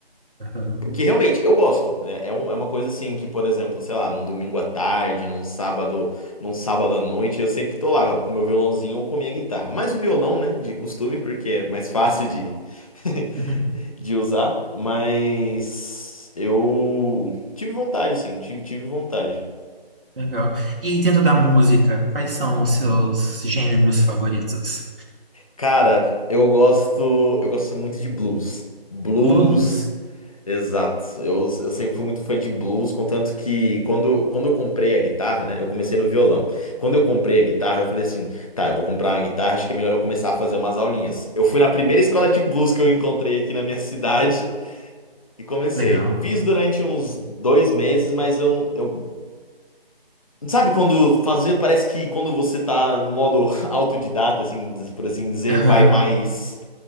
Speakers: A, on the right (about 60°); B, on the left (about 35°).
A: Aham.
B: Porque realmente, eu gosto. É, é um- é uma coisa assim que, por exemplo, sei lá, num domingo à tarde, num sábado, num sábado à noite, eu sempre tô lá com meu violãozinho ou com minha guitarra. Mais o violão, né? De costume, porque é mais fácil de, <laughs>
A: Uhum.
B: de usar. Mas eu tive vontade, sim, tive, tive vontade.
A: Legal. E dentro da música, quais são os seus gêneros favoritos?
B: Cara, eu gosto, eu gosto muito de blues. Blues,
A: Blues?
B: exato. Eu, eu sempre fui muito fã de blues, contanto que quando, quando eu comprei a guitarra, né? Eu comecei no violão. Quando eu comprei a guitarra, eu falei assim, tá, eu vou comprar uma guitarra, acho que é melhor eu começar a fazer umas aulinhas. Eu fui na primeira escola de blues que eu encontrei aqui na minha cidade e comecei.
A: Legal.
B: Fiz durante uns dois meses, mas eu não, eu Sabe quando fazer, parece que quando você tá no modo <laughs> autodidata, assim, por assim dizer,
A: Aham.
B: vai mais